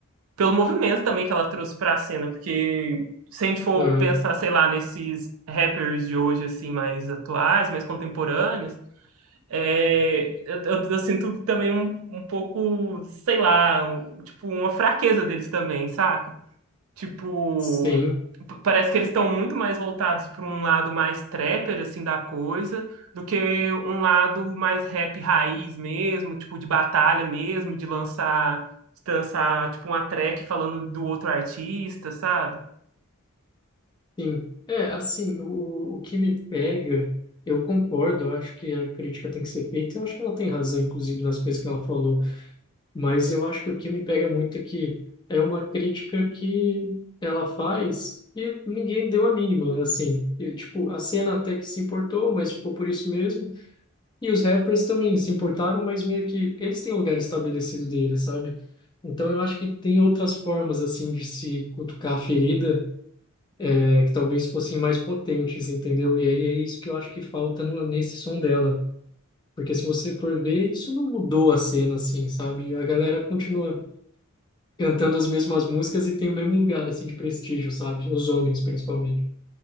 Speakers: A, on the right; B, on the left.
A: pelo movimento também que ela trouxe pra cena. Porque se a gente for
B: Ah,
A: pensar, sei lá, nesses rappers de hoje, assim, mais atuais, mais contemporâneos, É, eu, eu- eu sinto também um, um pouco, sei lá, um- tipo, uma fraqueza deles também, saca? Tipo,
B: sim,
A: p- parece que eles estão muito mais voltados para um lado mais trapper, assim, da coisa, do que um lado mais rap raiz mesmo, tipo, de batalha mesmo, de lançar, de lançar, tipo, uma track falando do outro artista, sabe?
B: sim. É, assim, o, o que me pega, eu concordo, eu acho que a crítica tem que ser feita, eu acho que ela tem razão, inclusive, nas coisas que ela falou. Mas eu acho que o que me pega muito é que é uma crítica que ela faz e ninguém deu a mínima, assim. E, tipo, a cena até que se importou, mas ficou por isso mesmo. E os rappers também se importaram, mas meio que eles têm o lugar estabelecido deles, sabe? Então eu acho que tem outras formas, assim, de se cutucar a ferida, é, que talvez fossem mais potentes, entendeu? E aí é isso que eu acho que falta no, nesse som dela. Porque se você for ver, isso não mudou a cena, assim, sabe? A galera continua cantando as mesmas músicas e tem o mesmo lugar, assim, de prestígio, sabe? Os homens, principalmente.